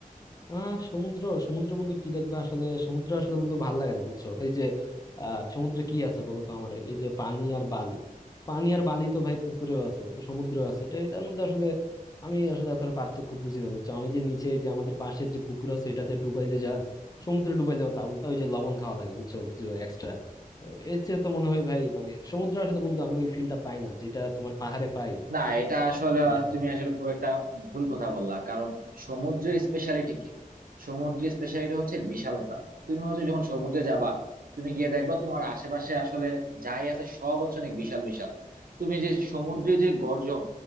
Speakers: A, on the left; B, on the right.
A: আহ সমুদ্র সমুদ্র বন্ধু কি দেখবা আসলে সমুদ্র আসলে বন্ধু ভাল লাগে না বুঝছো এই যে আহ সমুদ্রে কি আছে বলো তো আমার এই যে পানি আর বালি পানি আর বালি তো ভাই পুকুরেও আছে তো সমুদ্রেও আছে এটা এটার মধ্যে আসলে আমি আসলে এতটা পার্থক্য বুঝি না বুঝছো আমি যে নিচে এই যে আমাদের পাশের যে পুকুর আছে এটাতে ডুবাইলে যা সমুদ্রে ডুবাইলেও তা উল্টা ওই যে লবণ খাওয়া লাগে বুঝছো কিছু এক্সট্রা তো এর চেয়ে তো মনে হয় ভাই মানে সমুদ্র আসলে বন্ধু আমি ওই ফিলটা পাই না যেটা তোমার পাহাড়ে পাই
B: না এটা আসলে
A: সমুদ্রে আসলে
B: তুমি
A: পাই না
B: আসলে খুব একটা ভুল কথা বললা কারণ সমুদ্রের স্পেশালিটি কি সমুদ্রের স্পেশালিটি হচ্ছে বিশালতা তুমি হচ্ছে যখন সমুদ্রে যাবা তুমি গিয়ে দেখবা তোমার আশেপাশে আসলে যাই আছে সব হচ্ছে অনেক বিশাল বিশাল তুমি যে সমুদ্রে যে গর্জন